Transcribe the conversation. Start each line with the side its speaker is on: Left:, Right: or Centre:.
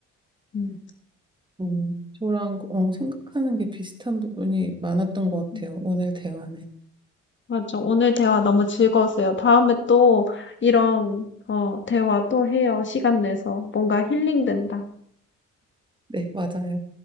Left: 음.
Right: 음, 저랑 어, 생각하는 게 비슷한 부분이 많았던 것
Left: 음,
Right: 같아요. 오늘 대화는.
Left: 맞아 오늘 대화 너무 즐거웠어요. 다음에 또 이런 어, 대화 또 해요. 시간 내서 뭔가 힐링된다.
Right: 네, 맞아요.